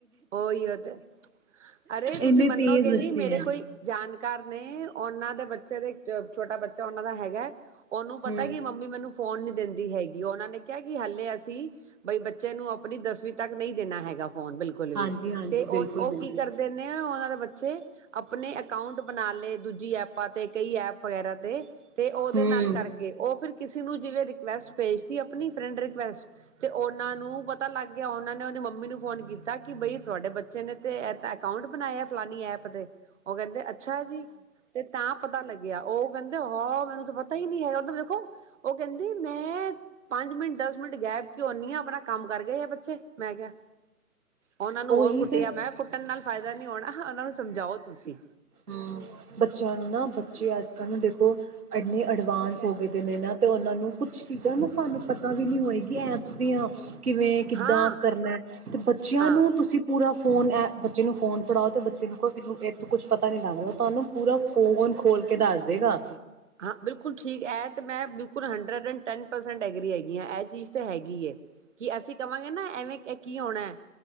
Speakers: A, on the right; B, on the right.
A: ਉਹੀ ਉਹ ਤੇ ਅਰੇ ਤੁਸੀਂ
B: ਇੰਨੇ
A: ਮੰਨੋਗੇ
B: ਤੇਜ਼ ਬੱਚੇ
A: ਨੀ ਮੇਰੇ
B: ਆ
A: ਕੋਈ ਜਾਣਕਾਰ ਨੇ ਉਹਨਾਂ ਦੇ ਬੱਚੇ ਦੇ ਛੋਟਾ ਬੱਚਾ ਉਹਨਾਂ ਦਾ ਹੈਗਾ ਉਹਨੂੰ ਪਤਾ
B: ਹਮ
A: ਕੀ ਮੰਮੀ ਮੈਨੂੰ ਫੋਨ ਨੀ ਦਿੰਦੀ ਹੈਗੀ, ਉਹਨਾਂ ਨੇ ਕਿਹਾ ਕਿ ਹਾਲੇ ਅਸੀਂ ਬਈ ਬੱਚੇ ਨੂੰ ਆਪਣੀ ਦਸਵੀਂ ਤੱਕ ਨਹੀਂ ਦੇਣਾ ਹੈਗਾ ਫੋਨ ਬ ਬਿਲਕੁਲ ਵੀ
B: ਹਾਂਜੀ ਹਾਂਜੀ
A: ਤੇ ਉਹ,
B: ਬਿਲਕੁਲ
A: ਉਹ
B: ਬਿਲਕੁਲ
A: ਕੀ ਕਰਦੇ ਨੇ ਉਹਨਾਂ ਦਾ ਬੱਚਾ ਚੇ ਆਪਣੇ ਅ ਅਕਾਊਂਂਟ ਬਣਾ ਲਏ ਦੂਜੀ ਐਪਾਂ ਤੇ ਕਈ ਐਪ ਵਗੈਰਾ ਤੇ ਤੇ ਉਹਦੇ
B: ਹਮ
A: ਨਾਲ ਕਰਕੇ ਉਹ ਫਿਰ ਕਿਸੇ ਨੂੰ ਜਿਵੇਂ ਰਿਕੁਐਸਟ ਭੇਜ ਤੀ ਆਪਣੀ ਫਰੈਂਡ ਰਿਕੁਐਸਟ ਤੇ ਉਹਨਾਂ ਨੂੰ ਪਤਾ ਲੱਗ ਗਿਆ, ਉਹਨਾਂ ਨੇ ਉਹਦੀ ਮੰਮੀ ਨੂੰ ਫੋਨ ਕੀਤਾ। ਕਿ ਬਈ ਤੁਹਾਡੇ ਬੱਚੇ ਨੇ ਤੇ ਇਹ ਅਕਾਊਂਟ ਬਣਾਇਆ ਫਲਾਨੀ ਐਪ ਦੇ। ਉਹ ਕਹਿੰਦੇ ਅੱਛਾ ਜੀ ਤੇ ਤਾਂ ਪਤਾ ਲੱਗਿਆ ਉਹ ਕਹਿੰਦੇ ਹਾਂ ਮੈਨੂੰ ਤਾਂ ਪਤਾ ਹੀ ਨਹੀਂ ਹੈਗਾ, ਮਤਲਬ ਦੇਖੋ ਉਹ ਕਹਿੰਦੀ ਮੈਂ ਪੰਜ ਮਿੰਟ ਦਸ ਮਿੰਟ ਗਾਇਬ ਕੀ ਹੁੰਦੀ ਹਾਂ ਆਪਣਾ ਕੰਮ ਕਰ ਗਏ ਆ ਬੱਚੇ ਮੈਂ ਕਿਹਾ। ਉਹਨਾਂ ਨੂੰ ਹੋਰ
B: ਉਹੀ
A: ਕੁੱਟਿਆ,
B: ਤੇ
A: ਮੈਂ ਕਿਹਾ ਕੁੱਟਣ ਨਾਲ ਫਾਇਦਾ ਨੀ ਹੋਣਾ। ਉਹਨਾਂ ਨੂੰ ਸਮਝਾਓ ਤੁਸੀਂ।
B: ਹੂੰ, ਬੱਚਿਆਂ ਨੂੰ ਨਾ ਬੱਚੇ ਅੱਜ ਕੱਲ੍ਹ ਦੇਖੋ ਇੰਨੇ ਅਡਵਾਂਸ ਹੋ ਗਏ ਦੇ ਨਾ ਤੇ ਉਹਨਾਂ ਨੂੰ ਕੁਛ ਚੀਜ਼ਾਂ ਨਾ ਸਾਨੂੰ ਪਤਾ ਵੀ ਨਹੀਂ ਹੋਏਗੀ ਐਪਸ ਦੀਆਂ ਕਿਵੇਂ, ਕਿੱਦਾਂ
A: ਹਾਂ
B: ਕਰਨਾ ਤੇ ਬੱਚਿਆਂ
A: ਹਾਂ
B: ਨੂੰ ਤੁਸੀਂ ਪੂਰਾ ਫੋਨ ਐ ਬੱਚੇ ਨੂੰ ਫੋਨ ਫੜਾਓ ਅਤੇ ਬੱਚੇ ਨੂੰ ਕੋਈ ਮੈਨੂੰ ਇਹ ਕੁਛ ਪਤਾ ਨੀ ਲੱਗਦਾ ਉਹ ਤੁਹਾਨੂੰ ਪੂਰਾ ਫੋਨ ਖੋਲ ਕੇ ਦੱਸ ਦੇਗਾ।
A: ਹਾਂ ਬਿਲਕੁਲ ਠੀਕ ਹੈ, ਤੇ ਮੈਂ ਬਿਲਕੁਲ ਹ ਦ ਐਂਡ ਟੈਨ ਪਰਸੈਂਟ ਐਗਰੀ ਹੈਗੀ ਆ ਇਹ ਚੀਜ਼ ਤਾਂ ਹੈਗੀ ਹੈ ਕਿ ਅਸੀਂ ਕਵਾਂਗੇ ਨਾ ਐਵੇਂ ਕੀ ਹੋਣਾ ਹੈ